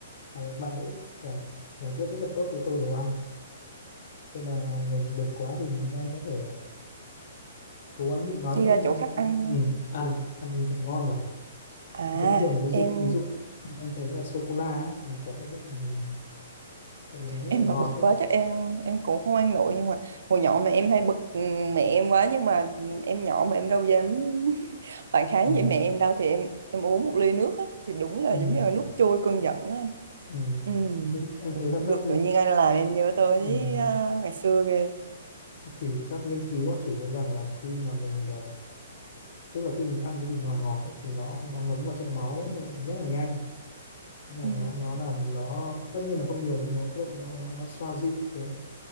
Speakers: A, on the left; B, on the right.
A: và bạn nữ và giải quyết rất là tốt cái câu đồ ăn tức là mình bực quá thì anh có thể cố gắng nhịn nói
B: đi
A: đấy
B: ra
A: mình
B: chỗ
A: ăn
B: khách
A: ăn,
B: ăn
A: ừ, ăn ăn thật ngon vào
B: à
A: thông thường ví dụ
B: em
A: ví dụ anh thấy là sô cô la ấy nó có tác dụng ừ, tại vì nó rất
B: em
A: là ngọt
B: mà bực
A: đấy
B: quá chắc em em cũng không ăn nổi nhưng mà hồi nhỏ mà em hay bực mẹ em quá nhưng mà em nhỏ mà em đâu dám <laughs> phản kháng
A: ừ,
B: với mẹ em đâu thì em em uống một ly nước á, thì đúng là
A: ừ.
B: giống như là nước trôi cơn giận á
A: Ừ.
B: Ừ,
A: Nhưng anh
B: cũng
A: thấy là
B: cũng
A: các
B: được
A: nghị
B: tự nhiên anh làm em nhớ tới
A: ừ.
B: à, ngày xưa ghê
A: thì các nghiên cứu họ chỉ ra rằng là khi mà mình à, tức là khi mình ăn cái gì ngọt ngọt ấy, thì nó nó ngấm vào trong máu rất là nhanh Mà
B: ừ,
A: nó nó làm nó tất nhiên là không nhiều nhưng nó tác dụng nó nó nó xoa dịu cái,